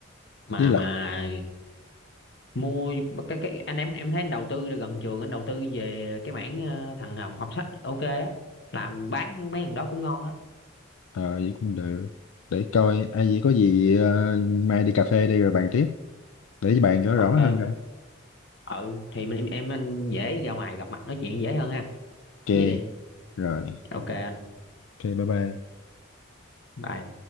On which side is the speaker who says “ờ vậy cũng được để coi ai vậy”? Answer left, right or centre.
Left